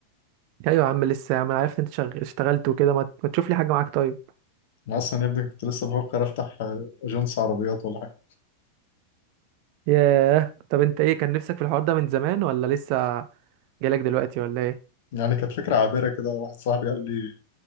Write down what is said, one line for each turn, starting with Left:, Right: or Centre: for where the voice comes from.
Right: ايوه يا عم لسه يا عم انا عرفت انت شغ... اشتغلت وكده ما... ما تشوف لي حاجه معاك طيب
Left: انا اصلا يا ابني كنت لسه بفكر افتح آه، اجنس عربيات ولا حاجة
Right: ياه طب انت ايه كان نفسك في الحوار ده من زمان ولا لسه جالك دلوقتي ولا ايه
Left: يعني كانت فكرة عابرة كده واحد صاحبي قال لي